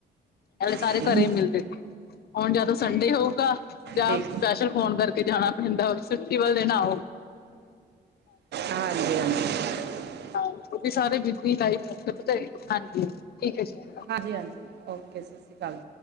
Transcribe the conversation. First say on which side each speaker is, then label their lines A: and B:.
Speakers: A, on the left; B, on the right.
A: ਪਹਿਲੇ ਸਾਰੇ
B: ਹਾਂਜੀ
A: ਘਰੇ ਮਿਲਦੇ, ਹੁਣ ਜਦ ਸੰਡੇ ਹੋਊਗਾ ਜਾਂ
B: ਠੀਕ
A: ਸਪੈਸ਼ਲ ਫੋਨ ਕਰਕੇ ਜਾਣਾ ਪੈਂਦਾ, ਛੁੱਟੀ ਵਾਲੇ ਦਿਨ ਆਓ।
B: ਹਾਂਜੀ-ਹਾਂਜੀ।
A: ਹਾਂ, ਉਹ ਵੀ ਸਾਰੇ ਬਿਜ਼ੀ ਲਾਈਫ਼ ਅੱਜ-ਕਲ ਪਤਾ ਏ, ਹਾਂਜੀ, ਠੀਕ ਹੈ ਜੀ।
B: ਹਾਜੀ-ਹਾਜੀ, ਓਕੇ, ਸਤਿ ਸ਼੍ਰੀ ਅਕਾਲ।